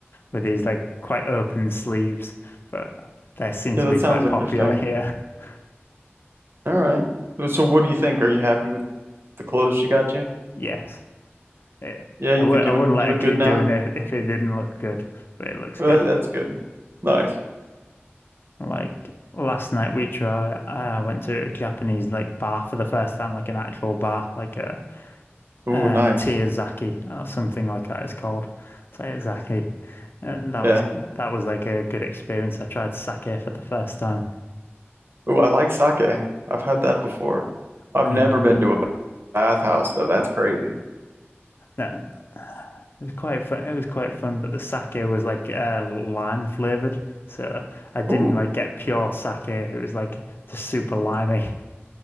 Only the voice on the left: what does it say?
with these like quite open sleeves, but they seem
to
be
quite
popular here. <laughs>
Yes. Yeah.
I w
I
wouldn't
let
it keep
doing it if it didn't look good, but it looks
good.
Like last night we tried, I went to a Japanese like bar for the first time, like an actual bar, like a
uh
Tearzaki or something like that it's called Tearzaki and that
was that was like a good experience I tried sake for the first time
and
there was-
that it was quite fun it was quite fun but the sake was like uh lime flavored so I didn't
like get pure sake it was like just super limey